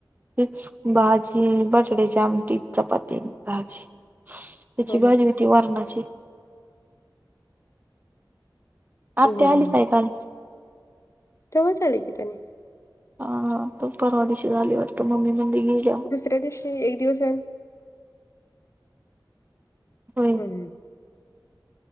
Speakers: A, on the right; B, on the left.
A: तेच भाजी, बटाट्याची आमटी, चपाती आणि भाजी. त्याची
B: हं
A: भाजी
B: हं
A: होती वरणाची. आत्या
B: हं
A: आली
B: हं
A: काय काल?
B: तेव्हाच आली की त्यांनी.
A: हा तो परवा दिवशी झाली वाटत मम्मी म्हणले गेल्या.
B: दुसऱ्या दिवशी एक दिवस येऊन
A: होय
B: हम्म